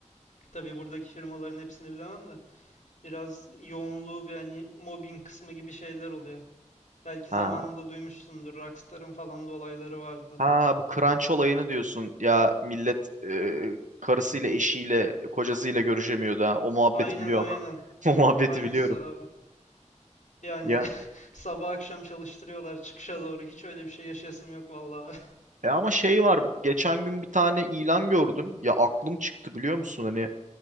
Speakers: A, on the left; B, on the right.
A: Tabii buradaki firmaların hepsini bilemem de. Biraz yoğunluğu ve hani mobbing kısmı gibi şeyler oluyor. Belki
B: ha
A: zamanında duymuşsundur. Rockstar'ın falan da olayları vardı.
B: ha bu crunch olayını diyorsun. Ya millet e, karısıyla, eşiyle, kocasıyla görüşemiyordu ha. O muhabbeti
A: Aynen
B: biliyorum.
A: aynen.
B: <laughs> O muhabbeti
A: Aynısı
B: biliyorum.
A: abi. Yani
B: Ya
A: <laughs> sabah akşam çalıştırıyorlar çıkışa doğru. Hiç öyle bir şey yaşayasım yok vallahi.
B: e ama şey var. Geçen gün bir tane ilan gördüm. Ya aklım çıktı biliyor musun? Hani